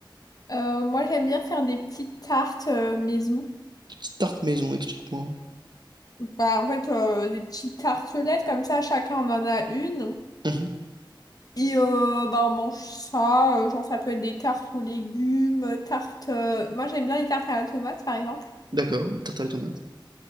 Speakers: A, on the left; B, on the right.
A: Euh, moi, j'aime bien faire des petites tartes euh, maison.
B: Des petites tartes maison, explique-moi.
A: Bah, en fait, euh, des petites tartelettes, comme ça, chacun en a une.
B: Mhm.
A: Et euh, bah, on mange ça. euh, genre, ça peut être des tartes aux légumes, euh, tartes. euh, Moi, j'aime bien les tartes à la tomate, par exemple.
B: D'accord, une tarte à la tomate.